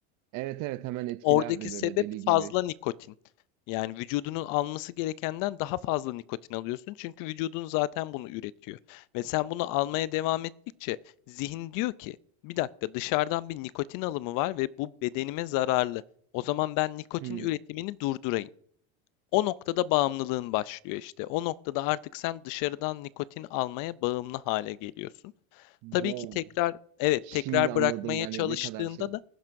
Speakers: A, on the right; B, on the left.
A: Evet evet hemen etkilerdi
B: Oradaki sebep
A: böyle deli
B: fazla
A: gibi.
B: nikotin. Yani vücudunun alması gerekenden daha fazla nikotin alıyorsun. Çünkü vücudun zaten bunu üretiyor. Ve sen bunu almaya devam ettikçe zihin diyor ki bir dakika dışarıdan bir nikotin alımı var ve bu bedenime zararlı. O zaman ben nikotin
A: Hı.
B: üretimini durdurayım. O noktada bağımlılığın başlıyor işte. O noktada artık sen dışarıdan nikotin almaya bağımlı hale geliyorsun.
A: Wow.
B: Tabii ki tekrar evet
A: Şimdi
B: tekrar
A: anladım
B: bırakmaya
A: yani
B: çalıştığında
A: ne kadar şey.
B: da